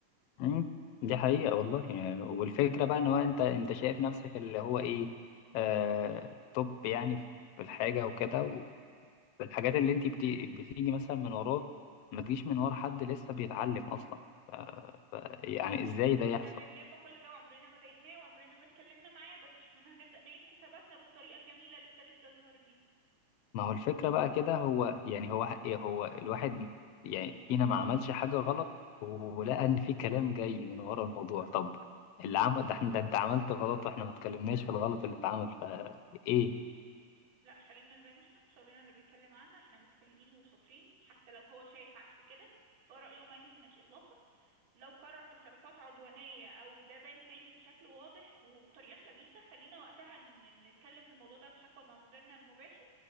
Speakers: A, on the left; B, on the right.
A: مم، دي حقيقة والله يعني والفكرة بقى ان هو انت انت شايف نفسك اللي هو ايه آه توب يعني في الحاجة وكده والحاجات اللي انت بت- بتيجي مثلا من وراه ما تجيش من ورا حد لسه بيتعلم اصلا ف ف يعني ازاي
B: وكنا
A: ده يحصل
B: بنلم كل ده وعمرنا ما ضايقناه وعمرنا ما اتكلمنا معاه بس شكلنا هنبدأ نعيد حساباتنا بالطريقة الجميلة اللي ابتدت تظهر دي
A: ما هو الفكرة بقى كده هو يعني هو إيه، هو الواحد يعني فينا ما عملش حاجة غلط ولقى ان في كلام جاي من ورا الموضوع طب اللي عمل ده, إحنا- ده انت عملت غلط واحنا ما اتكلمناش في الغلط اللي اتعمل فايه
B: لا خلينا زي ما احنا شغلنا اللي بيتكلم عنا احنا مجتهدين وشاطرين حتى لو هو شايف عكس كده فرأيه ما يهمناش اطلاقا لو قرر تصرفات عدوانية او ده بان تاني بشكل واضح وبطريقة خبيثة خلينا وقتها ن- نتكلم في الموضوع ده في شكوى مع مديرنا المباشر